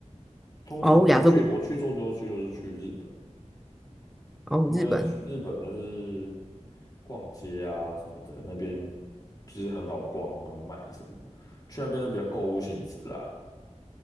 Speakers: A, on the left; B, in the centre.
A: 通常我去我去做最后去就是去日本，
B: 哦，亚洲古哦，
A: 因为去日本就是
B: 日本。
A: 逛街啊什么的，那边就是很好逛啊，买什么的，去那边都比较购物性质啊。